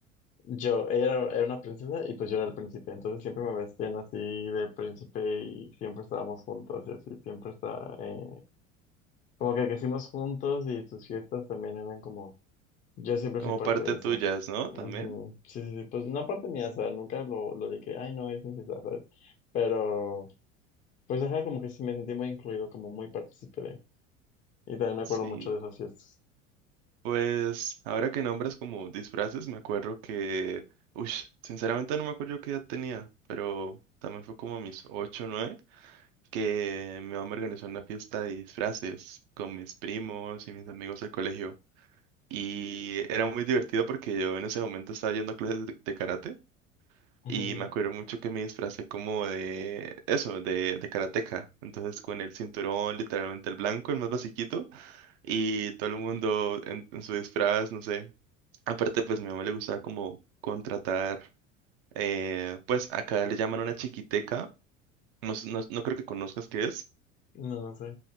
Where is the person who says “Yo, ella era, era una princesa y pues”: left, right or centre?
Left